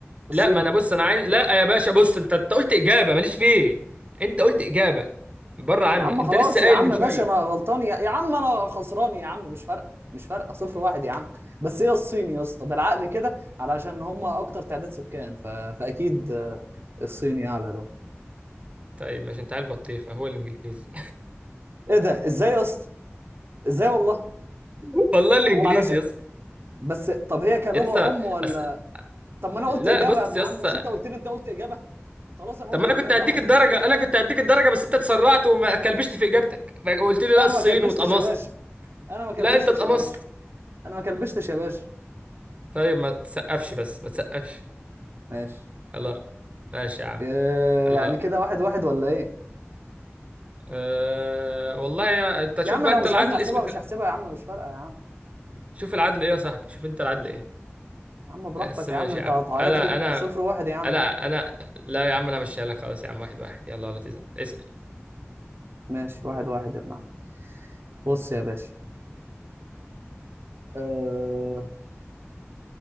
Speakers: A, on the right (about 55°); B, on the right (about 30°).
A: الصيني
B: لا ما انا بص انا عايز لا يا باشا بص انت انت قلت اجابة ماليش فيه انت قلت اجابة بره عني
A: يا عم
B: انت
A: خلاص
B: لسه قايل
A: يا عم
B: من
A: ماشي
B: شوية
A: انا غلطان يا, يا عم انا خسران يا عم مش فارقه مش فارقه صفر واحد يا عم بس هي الصين يا اسطى بالعقل كده علشان هم اكتر تعداد سكان ف... فاكيد آه، الصيني اعلى له
B: طيب ماشي انت عيل بطيخة هو الانجليزي
A: ايه ده ازاي يا اسطى ازاي والله
B: <laughs> والله الانجليزي
A: هو علشان
B: يا اسطى
A: بس طب هي كلغه
B: يا اسطى
A: ام ولا
B: أس...
A: طب ما انا
B: لا
A: قلت اجابه
B: بص
A: يا ابن
B: يا
A: عم
B: اسطى
A: مش انت قلت لي انت قلت اجابه خلاص انا
B: طب
A: قلت
B: ما انا
A: اجابه
B: كنت هديك
A: يا حبيبي
B: الدرجه انا كنت هديك الدرجه بس انت اتسرعت وما كلبشت في اجابتك فقلت لي
A: لا
B: لا
A: انا
B: الصين
A: ما كلبشتش
B: واتقمصت
A: يا باشا انا ما كلبشتش
B: لا انت اتقمصت
A: يا باشا انا ما كلبشتش يا باشا
B: طيب ما تسقفش بس ما تسقفش
A: ماشي
B: الله ماشي يا عم
A: إيه،
B: الله
A: يعني كده واحد واحد ولا ايه
B: أه والله يا... انت شوف
A: يا عم
B: بقى
A: لو
B: انت
A: مش
B: العدل
A: عايزني احسبها
B: اسم
A: مش هحسبها يا عم مش فارقه يا عم
B: شوف العدل ايه يا صاحبي شوف انت العدل ايه
A: يا عم براحتك
B: بس ماشي
A: يا عم انت
B: يا عم
A: هتعيط
B: انا
A: لي
B: انا
A: صفر واحد يا عم
B: لا انا لا يا عم انا مش لك خلاص يا عم واحد واحد يلا ولا تزعل اسال
A: ماشي واحد واحد يا ابن عم بص يا باشا أه...